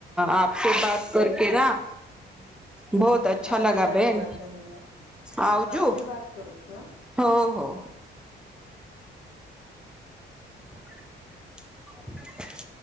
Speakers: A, in the centre; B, on the left.
A: આપથી બાત કર કે ના હ. બહુત અચ્છા
B: હા
A: લગા,
B: ના ધન્યવાદ
A: બેન.
B: ધન્યવાદ
A: આવજો.
B: બાદ મે બાત કરું છું હા.
A: ઓ હો. <unintelligible>